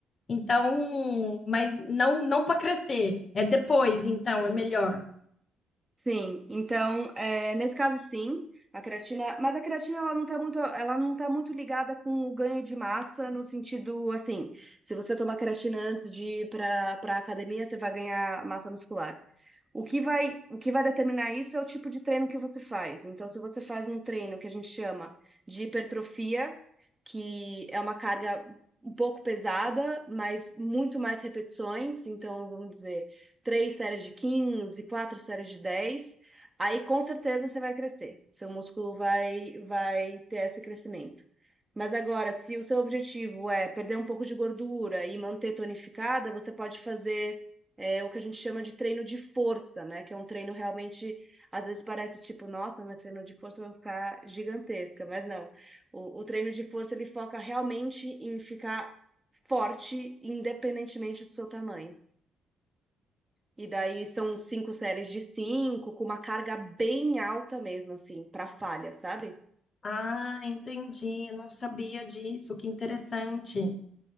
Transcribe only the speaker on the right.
sim,
sim. Então, é, nesse caso, sim, a creatina, mas a creatina ela não tá muito, ela não tá muito ligada com o ganho de massa no sentido assim, se você tomar creatina antes de ir para para academia, você vai ganhar massa muscular. O que vai, o que vai determinar isso é o tipo de treino que você faz. Então, se você faz um treino que a gente chama de hipertrofia que é uma carga um pouco pesada, mas muito mais repetições. Então, vamos dizer, três séries de 15, quatro séries de 10. Aí, com certeza, você vai crescer. Seu músculo vai, vai ter esse crescimento. Mas agora, se o seu objetivo é perder um pouco de gordura e manter tonificada, você pode fazer é, o que a gente chama de treino de força, né? Que é um treino realmente, às vezes parece tipo, nossa, mas treino de força vai ficar gigantesca, mas não. O, o treino de força ele foca realmente em ficar forte, independentemente do seu tamanho. E daí são cinco séries de cinco, com uma carga bem alta mesmo, assim, para falha, sabe?